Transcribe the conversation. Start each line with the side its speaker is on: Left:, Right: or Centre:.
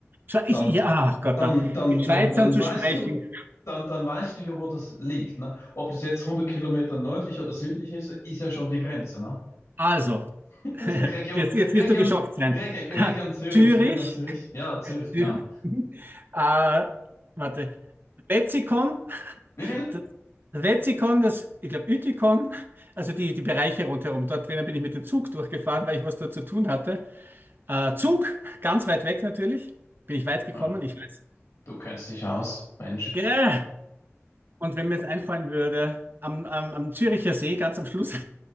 Right: Schwe-
Left: dann
Right: Ich, ja, ach Gott,
Left: dann,
Right: na.
Left: dann,
Right: Mit
Left: dann,
Right: Schweizern
Left: dann
Right: zu
Left: weißt
Right: sprechen.
Left: du, dann, dann weißt du ja, wo das liegt. Ne? Ob das jetzt 100 Kilometer nördlich oder südlich ist, ist ja schon die Grenze. Ne?
Right: Also,
Left: <laughs>
Right: <laughs>
Left: Region,
Right: jetzt, jetzt
Left: Region,
Right: wirst du geschockt sein.
Left: Reg- Region
Right: <laughs>
Left: Zürich,
Right: Zürich,
Left: Region Zürich. Ja, Zürich, genau.
Right: Zü- <laughs> äh, warte, Wetzikon,
Left: Wie viel?
Right: das Wetzikon, das, ich glaube, Ütikon, also die, die Bereiche rundherum. Dort drinnen bin ich mit dem Zug durchgefahren, weil ich was dort zu tun hatte. Äh, Zug, ganz weit weg natürlich. Bin ich weit gekommen,
Left: Ja,
Right: ich weiß.
Left: du kennst dich aus, Mensch.
Right: Gäh.
Left: <laughs>
Right: Und wenn mir jetzt einfallen würde, am, am, am Züricher See, ganz am Schluss. <laughs>